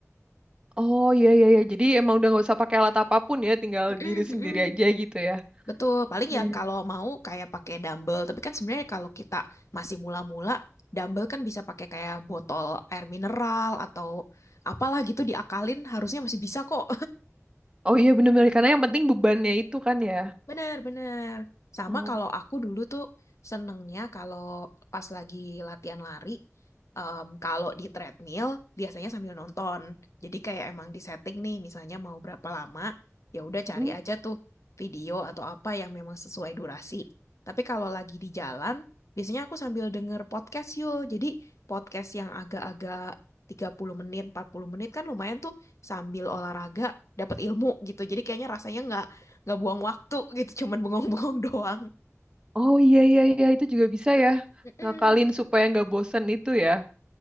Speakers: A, on the right (about 20°); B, on the left (about 65°).
A: Oh, iya, iya, iya. Jadi emang udah nggak usah pakai alat apapun ya, tinggal
B: Mm-mm,
A: diri
B: mm-mm.
A: sendiri aja gitu ya.
B: Betul, paling
A: Iya.
B: ya kalau mau kayak pakai dumbbell, tapi kan sebenarnya kalau kita masih mula-mula, dumbbell kan bisa pakai kayak botol air mineral atau apalah gitu diakalin harusnya masih bisa kok.
A: Oh iya, bener-bener. Karena yang penting bebannya itu kan ya.
B: Benar-benar. Sama
A: Oh,
B: kalau aku dulu tuh senengnya kalau pas lagi latihan lari, em, kalau di treadmill biasanya sambil nonton. Jadi kayak emang di setting nih, misalnya mau berapa lama, ya udah
A: mm.
B: cari aja tuh video atau apa yang memang sesuai durasi. Tapi kalau lagi di jalan, biasanya aku sambil denger podcast yuk. Jadi podcast yang agak-agak 30 menit, 40 menit kan lumayan tuh sambil olahraga dapat ilmu gitu. Jadi kayaknya rasanya nggak nggak buang waktu gitu cuman bengong-bengong <laughs> doang
A: Oh iya, iya, iya. Itu juga bisa ya.
B: Mm-mm.
A: Ngakalin supaya nggak bosen itu ya.